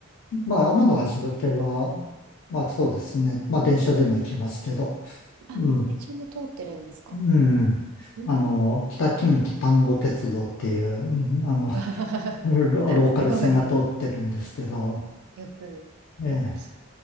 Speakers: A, on the left (about 65°); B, on the right (about 80°).
A: まあ、天橋立は、まあそうですね、まあ電車でも行けますけど、
B: あ、
A: うん、
B: 電車も通ってるんですか。
A: うん、
B: うん。
A: あの、北近畿丹後鉄道っていう、うん、あの、
B: <laughs> わあ
A: ロローカル線が通ってるんですけど、
B: すごい。よく、
A: ええ
B: よくし